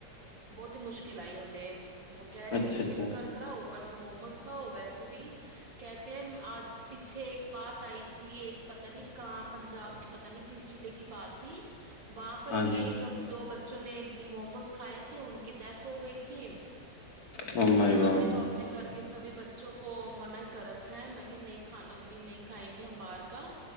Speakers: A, on the right (about 85°); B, on the left (about 55°).
A: بہت ہی مشکل آئی انیں وہ کہہ رہے
B: اچھا
A: ایک جم
B: اچھا
A: کر کرا اوپر سے موموز <unintelligible> کہتے ہیں آج پیچھے ایک بات آئی تھی ایک پت نہیں کہاں پنجاب کی پت نہیں کس ضلعے کی بات تھی وہاں پر
B: ہاں
A: بھی
B: جی
A: ایک دو بچ نے موز <inaudible> کھائے تھے ان کی ڈیتھ ہو گئی تھی
B: او
A: اس
B: مائی
A: لیے ہم
B: گاڈ
A: نے تو اپنے گھر کے سبھی ب کو من ہی کر رکھا ہے میں کہ نہیں کھانا بھی نہیں کھائیں گے ہم باہر کا